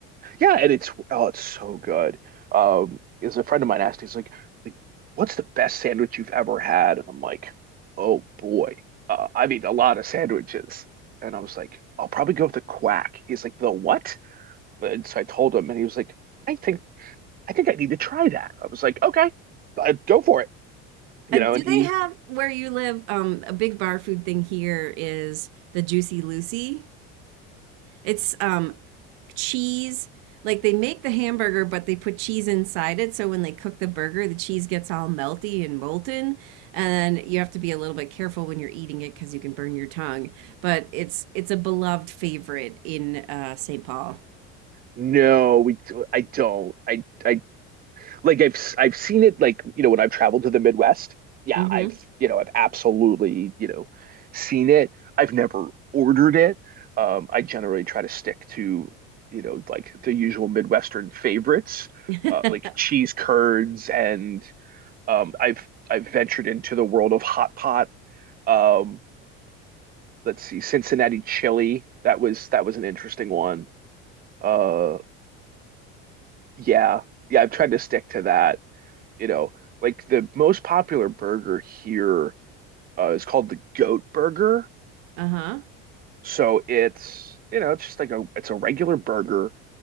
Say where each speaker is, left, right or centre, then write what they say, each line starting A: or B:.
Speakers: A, on the right (about 30°); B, on the right (about 75°).
A: yeah, and it's oh, it's so good. Um, is a friend of mine asked, he's like, like, what's the best sandwich you've ever had? And I'm like, oh boy, uh, I've eaten a lot of sandwiches. And I was like, I'll probably go with the quack. He's like, the what? And so I told him, and he was like, I think I think I need to try that. I was like, okay, uh, go for it. You
B: Uh, do
A: know, and he
B: they have where you live? Um, a big bar food thing here is the Juicy Lucy. It's um cheese. Like they make the hamburger, but they put cheese inside it. So when they cook the burger, the cheese gets all melty and molten. And you have to be a little bit careful when you're eating it because you can burn your tongue. But it's it's a beloved favorite in uh St. Paul.
A: No, we I don't. I I like I've I've seen it like, you know, when I've traveled to the Midwest. Yeah,
B: hmm
A: I've, you know, I've absolutely, you know, seen it. I've never ordered it. Um, I generally try to stick to, you know, like the usual Midwestern favorites,
B: <laughs>
A: uh, like cheese curds and um I've I've ventured into the world of hot pot. Um, let's see, Cincinnati chili. That was that was an interesting one. Uh yeah. Yeah, I've tried to stick to that. you know, like the most popular burger here uh, is called the goat burger.
B: Uh-huh.
A: So it's, you know, it's just like a it's a regular burger